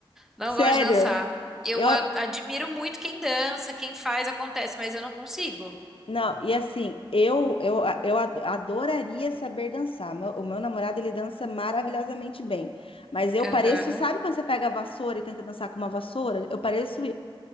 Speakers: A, in the centre; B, on the left.
A: Não
B: Sério.
A: gosto de dançar. Eu
B: Eu,
A: a- admiro muito quem dança, quem faz, acontece, mas eu não consigo.
B: Não, e assim, eu, eu, eu ad- adoraria saber dançar. Meu- o meu namorado, ele dança maravilhosamente bem. Mas eu
A: Aham.
B: pareço, sabe quando você pega a vassoura e tenta dançar com uma vassoura? Eu pareço